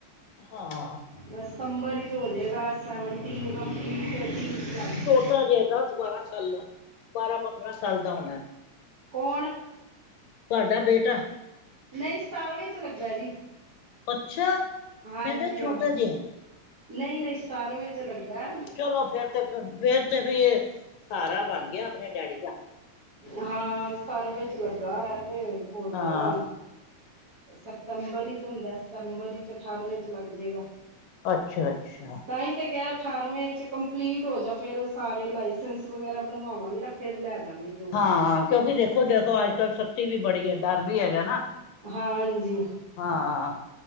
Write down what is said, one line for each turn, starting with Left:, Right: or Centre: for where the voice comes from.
Left: ਹਾਂ
Right: ਬਸ ਸਤੰਬਰ 'ਚ ਹੋ ਜੇਗਾ ਸੈਵਨਟੀਨ ਕੰਪਲੀਟ, ਏਟੀਨ 'ਚ ਲੱਗ
Left: ਉਹ ਹਜੇ ਦਸ ਬਾਰਾਂ ਸਾਲਾ, ਬਾਰਾਂ-ਪੰਦਰਾਂ ਸਾਲ ਦਾ ਹੋਨੈ।
Right: ਕੌਣ?
Left: ਤੁਹਾਡਾ ਬੇਟਾ।
Right: ਨਈ ਸਤਾਰਵੇਂ 'ਚ ਲੱਗਾ ਜੀ।
Left: ਅੱਛਾ।
Right: ਹਾਂਜੀ
Left: ਮੈਂ ਕਿਹਾ ਛੋਟਾ
Right: ਹਾਂ,
Left: ਜਿਹਾ
Right: ਨਈਂ-ਨਈ, ਸਤਾਰਵੇਂ 'ਚ ਲੱਗੈ।
Left: ਅੱਛਾ ਚਲੋ ਫੇਰ ਤੇ ਫੇਰ ਤੇ ਰਹੀਏ, ਸਹਾਰਾ ਬਨ ਗਿਆ ਆਪਨੇ ਡੈਡੀ ਦਾ।
Right: ਹਾਂ, ਸਤਾਰਵੇਂ 'ਚ ਲੱਗਾ ਐ ਤੇ, ਹੋਜੇਗਾ
Left: ਹਾਂ
Right: ਹੁਨ। ਸਤੰਬਰ 'ਚ ਹੁੰਦੈ, ਸਤੰਬਰ 'ਚ ਅਠਾਰਵੇਂ 'ਚ ਲੱਗ ਜੇਗਾ।
Left: ਅੱਛਾ-ਅੱਛਾ।
Right: ਤਾਂ ਈ ਤੇ ਕੇਆ, ਅਠਾਰਵੇਂ 'ਚ ਕੰਪਲੀਟ ਹੋ ਜਾ ਫੇਰ ਉਹ ਸਾਰੇ ਲਾਇਸੈਂਸ ਵਗੈਰਾ ਬਨਵਾਵਾਂਗੇ ਨਾ, ਫੇਰ ਲੈ ਦਾਂਗੇ। ਜੋ
Left: ਹਾਂ,
Right: ਕਹੇਗਾ
Left: ਕਿਉਂਕਿ ਦੇਖੋ-ਦੇਖੋ, ਅੱਜ-ਕੱਲ੍ਹ ਸਖ਼ਤੀ ਵੀ ਬੜੀ ਏ। ਡਰ ਵੀ ਹੈਗਾ ਨਾ,
Right: ਹਾਂਜੀ
Left: ਹਾਂ।